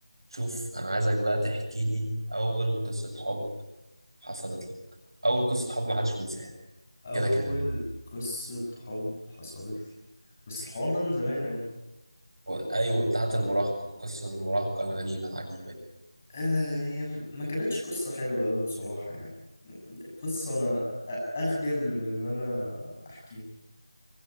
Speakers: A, on the right (about 55°); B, on the left (about 25°).
A: شوف انا عايزك بقى تحكي لي اول قصة حب حصلت لك اول قصة حب ما حدش بينساها
B: أول
A: كده كده
B: قصة حب حصلت لي بس الحوار ده من زمان أوي
A: و- ايوه بتاعت المراهقة قصة المراهقة الغريبة العجيبة دي
B: آه، هي ما كانتش قصة حلوة أوي بصراحة يعني قصة أنا أ- أخجل من إن أنا أحكيها